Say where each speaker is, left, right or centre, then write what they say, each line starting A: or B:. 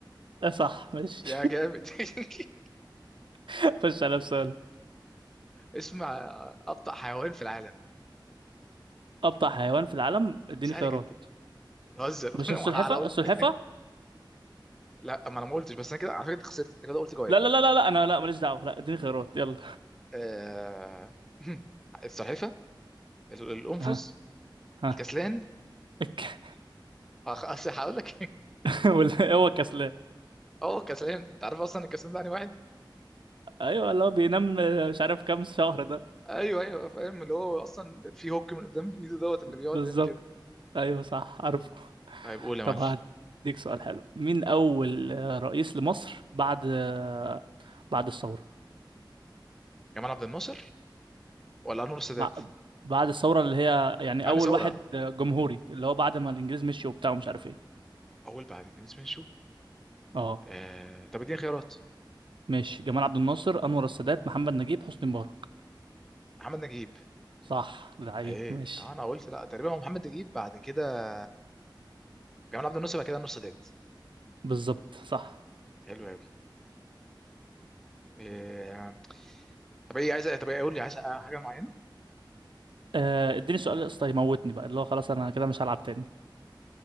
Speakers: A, on the right; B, in the centre.
A: آه صح ماشي
B: يا جامد <laughs>
A: <laughs> خش على السؤال
B: اسم ابطأ حيوان في العالم
A: أبطأ حيوان في العالم اديني
B: سهله
A: خيارات
B: جدا بتهزر
A: مش
B: <laughs> ما
A: السلحفة
B: انا قلت
A: السلحفة
B: لا ما انا ما قلتش بس انا كده على فكره أنت خسرت انت كده قلت جواب
A: لا لا لا لا لا أنا لا ماليش دعوة لا اديني خيارات يلا
B: آه... <laughs> السلحفه ال- القنفذ
A: ها ها
B: الكسلان
A: <laughs>
B: أخ- اصل هقول لك
A: <laughs> ولا هو كسلان
B: <laughs> اه كسلان انت عارف اصلا الكسلان ده يعني واحد
A: ايوه اللي هو بينام مش عارف كام شهر ده
B: ايوه ايوه فاهم اللي هو اصلا في هوك من قدام ايده دوت اللي
A: بالظبط
B: بيقعد يعمل كده
A: ايوه صح عارفه
B: طيب قول يا
A: طب
B: معلم
A: هديك سؤال حلو مين اول آه، رئيس لمصر بعد آه، بعد الثوره
B: جمال عبد الناصر ولا انور السادات
A: بع- بعد الثوره اللي هي يعني
B: انا
A: اول
B: ثوره
A: واحد آه، جمهوري اللي هو بعد ما الانجليز مشي وبتاع ومش عارف ايه
B: اول بعد اتنين سمين شو
A: اه
B: آه... طب اديني خيارات
A: ماشي جمال عبد الناصر انور السادات محمد نجيب حسني مبارك
B: محمد نجيب
A: صح لعيب
B: ايه
A: ماشي
B: آه، انا قلت لا تقريبا هو محمد نجيب بعد كده جمال عبد الناصر بعد كده النص ديت
A: بالظبط صح
B: حلو قوي إيه... طب ايه عايز طب ايه قول لي عايز حاجه معينه
A: آه، اديني سؤال يا اسطى يموتني بقى اللي هو خلاص انا كده مش هلعب تاني